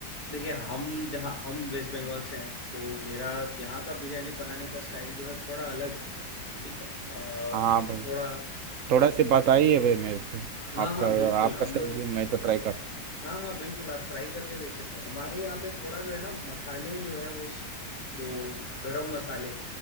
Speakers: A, on the left; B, on the right.
A: देखिए हम जहाँ हम वेस्ट बंगाल से हैं तो मेरा यहाँ का बिरयानी बनाने का स्टाइल जो है थोड़ा अलग है ठीक है अ,
B: हाँ भाई
A: थोड़ा
B: थोड़ा
A: अ,
B: से बताइए भाई मेरे को
A: हाँ
B: आपका
A: हाँ बिल्कुल
B: आपका
A: हम
B: स्टाइल
A: लोग
B: भी मैं तो ट्राई करता
A: हाँ हाँ बिल्कुल आप ट्राई करके देख सकते हो हमारे यहाँ पे थोड़ा जो है ना मसाले जो है वो स- जो गरम मसाले